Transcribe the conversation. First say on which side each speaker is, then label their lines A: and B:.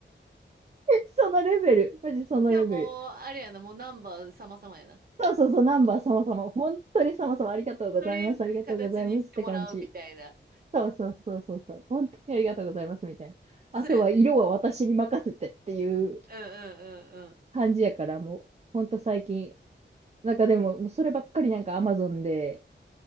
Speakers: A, on the right; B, on the right.
A: そのレベル。マジそのレベル。
B: じゃあもう、あれやな、もうナンバー様々やな。
A: そうそうそう、ナンバー様様。本当に様様ありがとうございます。
B: とりあえず形にしてもらうみたいな。
A: ありがとうございますって感じ。そうそうそうそうそう。本当にありがとうございますみたいな。
B: そうやね。
A: あとは色は私に任せてっていう
B: うんうん
A: 感じやから、もう、本当最近。なんかでも、もうそればっかりなんか Amazon で、